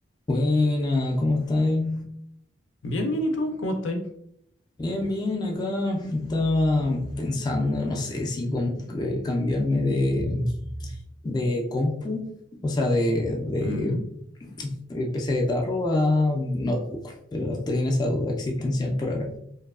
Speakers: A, on the left; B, on the left.
A: Buena, ¿cómo estáis?
B: Bien, bien, ¿y tú? ¿Cómo estás?
A: Bien, bien, acá estaba pensando, no sé si com- eh, cambiarme de, de compu, o sea, de, de-
B: Mm,
A: de P C de tarro a notebook, pero estoy en esa duda existencial por ahora.